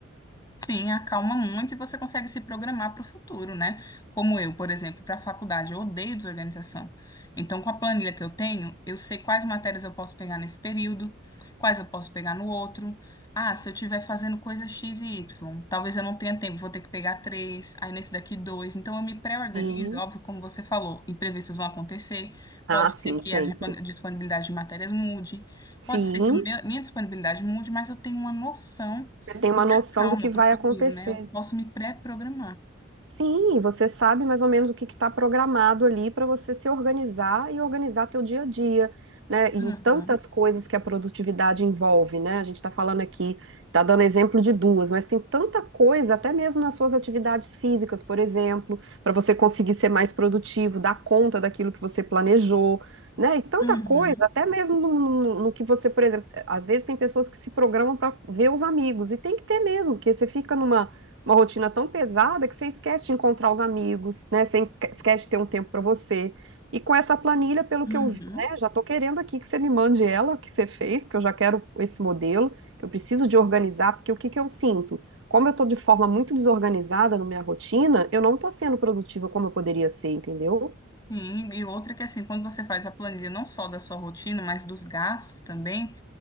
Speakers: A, on the left (about 20°); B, on the right (about 65°).
A: Sim, acalma muito e você consegue se programar para o futuro, né? Como eu, por exemplo, para a faculdade, eu odeio desorganização. Então, com a planilha que eu tenho, eu sei quais matérias eu posso pegar nesse período, quais eu posso pegar no outro. Ah, se eu estiver fazendo coisa X e Y, talvez eu não tenha tempo, vou ter que pegar três, aí nesse daqui dois. Então, eu me pré-organizo,
B: Sim.
A: óbvio, como você falou, imprevistos vão acontecer.
B: Ah,
A: Pode
B: sim,
A: ser que
B: sempre.
A: a dispon- disponibilidade de matérias mude,
B: Sim.
A: pode ser que o meu- minha disponibilidade mude, mas eu tenho uma noção
B: Você tem uma
A: e me
B: noção
A: acalma
B: do que vai
A: para o futuro,
B: acontecer,
A: né? Eu posso me pré-programar.
B: Sim, e você sabe mais ou menos o que está programado ali para você se organizar e organizar teu dia a dia, né? Em
A: Uhum,
B: tantas coisas que a produtividade envolve, né? A gente está falando aqui, está dando exemplo de duas, mas tem tanta coisa, até mesmo nas suas atividades físicas, por exemplo, para você conseguir ser mais produtivo, dar conta daquilo que você planejou, né? E tanta
A: uhum,
B: coisa, até mesmo no, no- no que você, por exemplo, às vezes tem pessoas que se programam para ver os amigos, e tem que ter mesmo, porque você fica numa uma rotina tão pesada que você esquece de encontrar os amigos, né? Você enque- esquece de ter um tempo para você. E com essa planilha, pelo
A: uhum.
B: que eu, vi, né, já estou querendo aqui que você me mande ela, que você fez, porque eu já quero esse modelo, que eu preciso de organizar, porque o que que eu sinto? Como eu estou de forma muito desorganizada na minha rotina, eu não estou sendo produtiva como eu poderia ser, entendeu?
A: Sim, e outra que assim, quando você faz a planilha não só da sua rotina, mas dos gastos também.